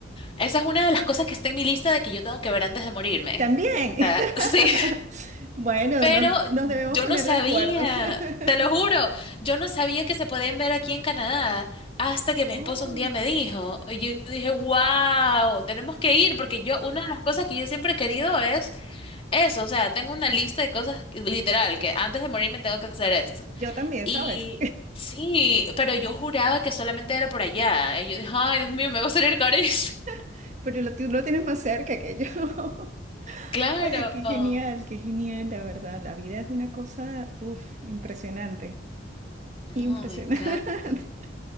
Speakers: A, on the left (about 30°); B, on the right (about 40°).
A: Esa es una de las cosas que está en mi lista de que yo tengo que ver antes de morirme.
B: También.
A: O sea,
B: <laughs>
A: <laughs> sí,
B: Bueno,
A: pero
B: nos, nos debemos
A: yo
B: poner
A: no sabía,
B: de acuerdo. <laughs>
A: te lo juro, yo no sabía que se podían ver aquí en Canadá hasta que
B: Oh,
A: mi esposo un día me dijo. Y yo dije, wow, tenemos que ir porque yo, una de las cosas que yo siempre he querido es eso. O sea, tengo una lista de cosas que- literal que antes de morirme tengo que hacer esto.
B: yo también,
A: Y
B: ¿sabes?
A: sí, pero yo juraba que solamente era por allá. Y yo dije, ay, Dios mío, me va a salir carísimo.
B: <laughs> Pero lo, tú lo tienes más cerca que yo. <laughs>
A: <laughs> Claro.
B: Oye, qué genial, qué genial, la verdad. La vida es una cosa, uf, impresionante.
A: No,
B: Impresionante.
A: me encanta.
B: <laughs>